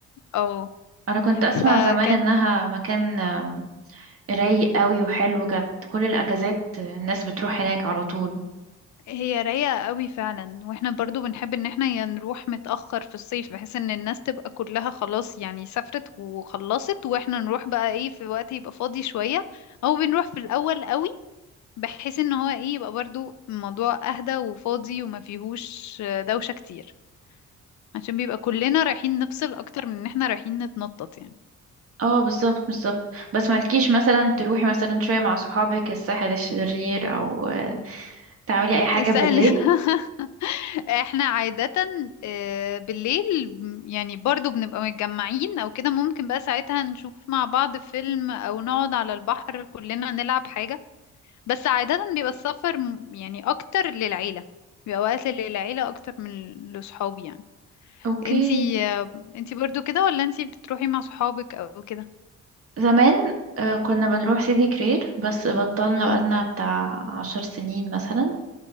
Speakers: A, on the left; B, on the right.
A: اه
B: انا كنت اسمع
A: فكان
B: زمان انها مكان آم، رايق قوي وحلو كانت كل الاجازات الناس بتروح هناك على طول
A: هي رايقة قوي فعلا واحنا برضو بنحب ان احنا يا نروح متأخر في الصيف بحيث ان الناس تبقى كلها خلاص يعني سافرت وخلصت واحنا نروح بقى ايه في وقت يبقى فاضي شوية او بنروح في الاول قوي بحيث ان هو ايه يبقى برضو الموضوع اهدى وفاضي وما فيهوش دوشة كتير عشان بيبقى كلنا رايحين نفصل اكتر من ان احنا رايحين نتنطط يعني
B: اه بالظبط بالظبط بس مالكيش مثلا تروحي مثلا شوية مع صحابك الساحل الشرير او آه، تعملي اي حاجة
A: اسأل
B: بالليل
A: <laughs> احنا عادة آه، بالليل م- يعني برضو بنبقى متجمعين او كده ممكن بقى ساعتها نشوف مع بعض فيلم او نقعد على البحر كلنا نلعب حاجة بس عادة بيبقى السفر م- يعني اكتر للعيلة بيبقى وقت للعيلة اكتر من لصحابي يعني
B: اوكي
A: انتي آه، انتي برضو كده ولا انتي بتروحي مع صحابك او كده
B: زمان آه، كنا بنروح سيدي كرير بس بطلنا بقالنا
A: امم
B: بتاع عشر سنين مثلا